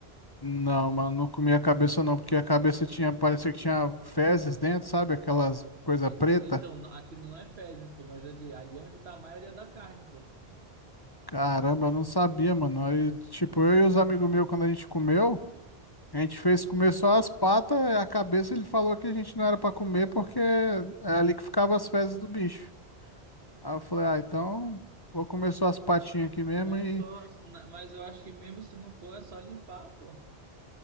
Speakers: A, on the left (about 25°); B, on the right (about 75°).
A: Não, mano, não comia a cabeça não, porque a cabeça tinha, parecia que tinha fezes dentro, sabe? Aquelas coisa
B: Ex-
A: preta.
B: Então, n- aquilo não é fezes, pô, mas ali, ali é onde tá a maioria da carne, pô.
A: Caramba, eu não sabia, mano. Aí, tipo, eu e os amigos meus, quando a gente comeu, a gente fez comer só as patas, a cabeça ele falou que a gente não era pra comer porque é ali que ficavam as fezes do bicho. Aí eu falei, ah, então vou comer só as patinhas aqui mesmo
B: Não é
A: e...
B: só, mas eu acho que mesmo se não for, é só limpar, pô.